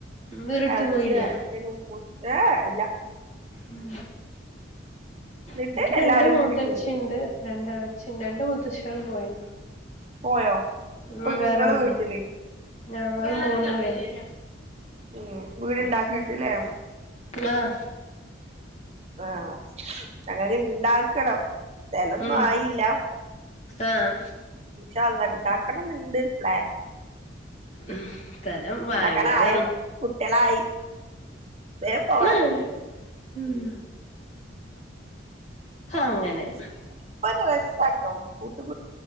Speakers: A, on the left (about 35°); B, on the right (about 30°).
A: വേറെടുത്ത്
B: എളച്ചി
A: പോയില്ല
B: വെരച്ചലും മുട്ടാ ഏഹ് ഇല്ല
A: ഉം
B: എന്നിട്ട്
A: എനിക്ക് രണ്ട്
B: എല്ലാരും
A: മൂത്തച്ചി
B: കൂടി ക്ലീൻ ചെയ്യും
A: ഇണ്ട് രണ്ട് എളച്ചിണ്ട് രണ്ട് മുത്തചാള് പോയിണ്
B: പോയോ
A: ഉം
B: ഇപ്പൊ
A: വേറെ
B: ഇങ്ങള്
A: വീട്
B: വീട്ട്ല്?
A: ഞങ്ങള് മൂന്ന് പേര്
B: ഉം വീടുണ്ടാക്കിട്ടില്ലേ
A: ആഹ്
B: ആഹ് ഞങ്ങക്ക് ഇണ്ടാക്കണം സ്ഥലൊന്നും
A: ഉം
B: ആയില്ല.
A: ആഹ്
B: ഇന്ഷാ അല്ലാഹ് ഇണ്ടാക്കണം ഇന്ന്ണ്ട് പ്ലാൻ
A: ഉം സ്ഥലം വാങ്ങിയതാണ്
B: ഇണ്ടാക്കാനായല്ലോ കുട്ട്യാളായി വേം പോവാന്
A: ഉം ഉം അങ്ങനെ
B: <unintelligible> കൂട്ടും